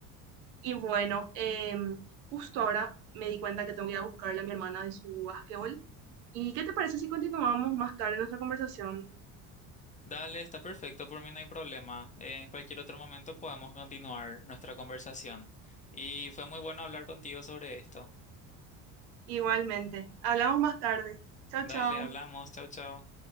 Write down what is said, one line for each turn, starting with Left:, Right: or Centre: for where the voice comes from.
Right: Y bueno, em, justo ahora me di cuenta que tengo que ir a buscarle a mi hermana de su básquetbol. ¿Y qué te parece si continuamos más tarde nuestra conversación?
Left: Dale, está perfecto, por mí no hay problema. En cualquier otro momento podemos continuar nuestra conversación. Y fue muy bueno hablar contigo sobre esto.
Right: Igualmente, hablamos más tarde. Chao,
Left: Dale,
Right: chao.
Left: hablamos. Chau, chau.